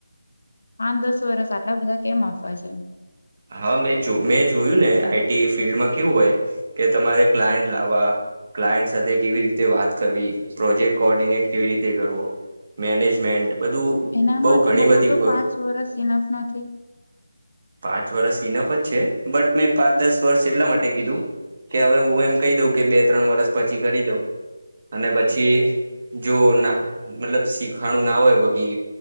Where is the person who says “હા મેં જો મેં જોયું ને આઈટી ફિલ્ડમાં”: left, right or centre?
Right